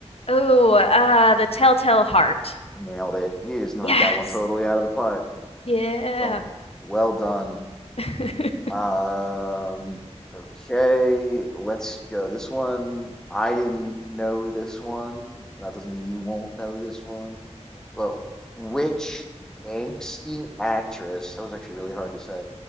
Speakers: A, on the left (about 55°); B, in the centre.
A: Oh, uh, The Telltale Heart.
B: nailed it you just knocked
A: Yes.
B: that one totally out of the park
A: Yeah.
B: well well done
A: <laughs>
B: Um, okay, let's go. This one, I didn't know this one. That doesn't mean you won't know this one. But which angsty actress, that was actually really hard to say.